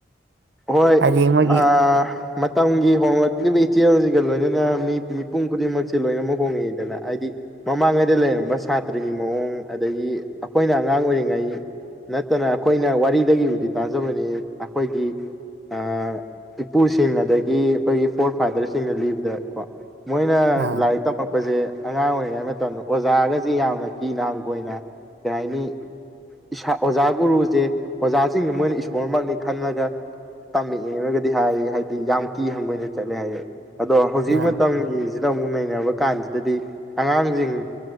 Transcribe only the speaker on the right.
ꯍꯥꯏꯗꯤ ꯃꯣꯏꯒꯤ
ꯑꯥ
ꯑꯥ